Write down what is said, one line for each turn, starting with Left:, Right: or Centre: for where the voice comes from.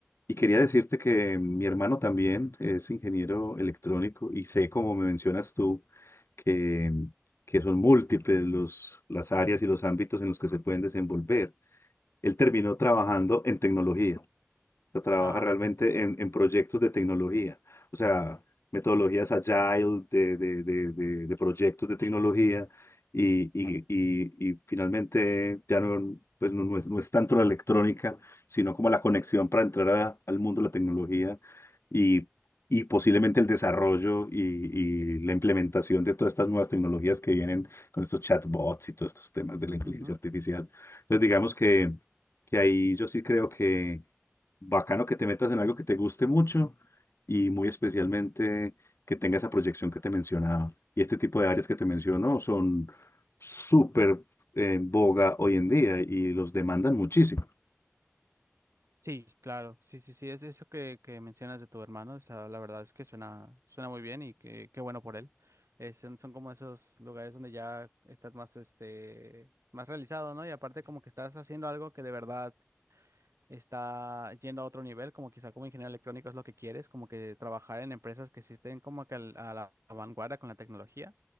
Left: Y quería decirte que mi hermano también es ingeniero electrónico y sé, como me mencionas tú, que, que son múltiples los, las áreas
Right: Ujú.
Left: y los ámbitos en los que se pueden desenvolver. Él terminó trabajando en tecnología sea, trabaja
Right: Ajá.
Left: realmente en, en proyectos de tecnología, o sea, metodologías agile de, de, de, de, de proyectos de tecnología y, y, y, y finalmente ya no, pues no, no es, no es tanto la electrónica, sino como la conexión para entrar a- al mundo de la tecnología y, y posiblemente el desarrollo y, y la implementación de todas estas nuevas tecnologías que vienen con estos chatbots y todos estos temas de la inteligencia
Right: ujú.
Left: artificial. Entonces, digamos que, que ahí yo sí creo que bacano que te metas en algo que te guste mucho y muy especialmente que tenga esa proyección que te mencionaba. Y este tipo de áreas que te menciono son súper eh, en boga hoy en día y los demandan muchísimo.
Right: Sí, claro, sí, sí, sí, es eso que, que mencionas de tu hermano, o sea, la verdad es que suena, suena muy bien y que, qué bueno por él. Eh, son, son como esos lugares donde ya estás más, este, más realizado, ¿no? Y aparte como que estás haciendo algo que de verdad está yendo a otro nivel, como quizá como ingeniero electrónico es lo que quieres, como que trabajar en empresas que sí estén como que al- a la vanguardia con la tecnología,